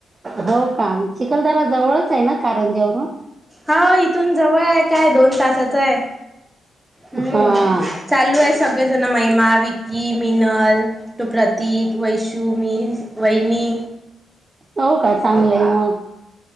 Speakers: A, on the right (about 35°); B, in the centre.
A: हो का चिखलदरा जवळच आहे ना कारंज्यावरून
B: हो इथून जवळ आहे काय दोन तासाच आहे हम्म
A: हा
B: चालू आहे सगळेजण महिमा विक्की मिनल तो प्रतीक वैशू मी वैहिनी
A: हो का चांगलंय मग